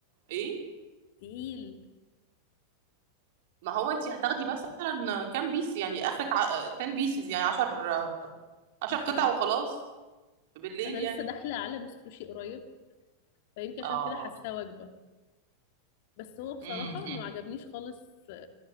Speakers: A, on the right (about 50°); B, on the left (about 50°).
A: ايه
B: تقيل
A: ما هو انت هتاخدي مثلا كام بيس يعني اخرك ع... 10 بيسز يعني 10 10
B: مش
A: قطع
B: عارف
A: وخلاص بالليل
B: انا
A: يعني
B: لسه داخله عالم السوشي قريب فيمكن عشان
A: اه
B: كده حاساه وجبه بس هو بصراحه
A: امم
B: ما عجبنيش خالص